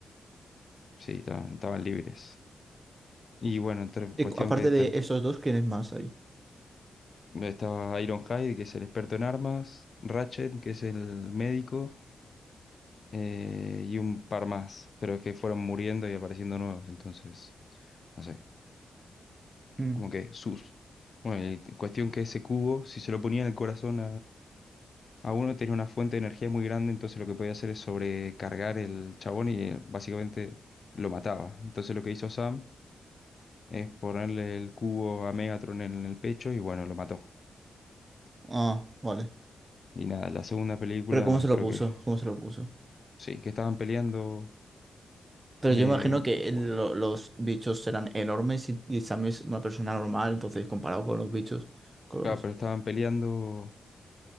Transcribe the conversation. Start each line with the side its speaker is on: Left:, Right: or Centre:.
Left: Sí, estaban, estaban libres. Y bueno, ter-
Right: Y
Left: cuestión
Right: cu- aparte
Left: que ter-
Right: de esos dos, ¿quién es más ahí?
Left: estaba Ironhide, que es el experto en armas, Ratchet, que es el médico, eh, y un par más, pero es que fueron muriendo y apareciendo nuevos, entonces, no sé,
Right: Mm.
Left: como que sus. Bueno, y cuestión que ese cubo, si se lo ponía en el corazón A uno tenía una fuente de energía muy grande, entonces lo que podía hacer es sobrecargar el chabón y eh, básicamente lo mataba. Entonces lo que hizo Sam es ponerle el cubo a Megatron en el pecho y bueno, lo mató.
Right: Ah, vale.
Left: Y nada, la segunda película
Right: Pero ¿cómo se lo
Left: creo
Right: puso?
Left: que
Right: ¿Cómo se lo puso?
Left: sí, que estaban peleando,
Right: Pero
Left: eh,
Right: yo imagino que el-
Left: oh,
Right: lo- los bichos serán enormes y, y Sam es una persona normal, entonces comparado con los bichos. con
Left: claro,
Right: los-
Left: pero estaban peleando,